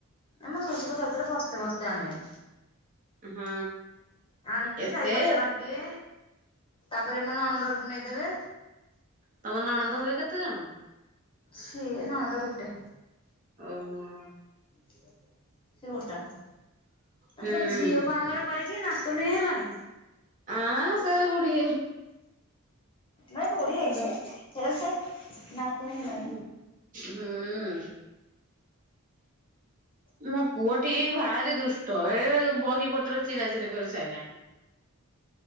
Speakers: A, on the left (about 25°); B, on the right (about 35°).
A: ଏ ମୋ ଶଶୁର ଥର ଥରେ ବସ୍ତେ ବସ୍ତେ ଆଣିବେ।
B: ହୁଁ।
A: ଆଣିବି ଯେ
B: ଏତେ
A: ସାଇ ପଡିଶା ବାଣ୍ଟିବେ, ତାପରେ ମୋ ନଣନ୍ଦ ଘରକୁ ନେଇଦେବେ।
B: ତମ ନଣନ୍ଦ ହରିକା କେତେ ଜଣ?
A: ସେ ନଣନ୍ଦ ଗୋଟେ।
B: ଓହୋ।
A: <unintelligible> ସେ ଗୋଟାକ, ତାଙ୍କର
B: ହୁଁ।
A: ଝିଅ ବାହାଘର କରିକି ନାତୁଣୀ ହେଲାଣି।
B: ଆଁ ସେ ବୁଢୀ
A: ନାଇଁ ବୁଢ଼ୀ ହେଇନି।
B: ହୁଁ।
A: ଫେର ସେ ନାତୁଣୀ ହେଲାଣି।
B: ହୁଁ। ମୋ ପୁଅଟି ଭାରି ଦୁଷ୍ଟ ଏ ବହି ପତ୍ର ଚିରାଚିରି କରି ସାଇଲାଣି।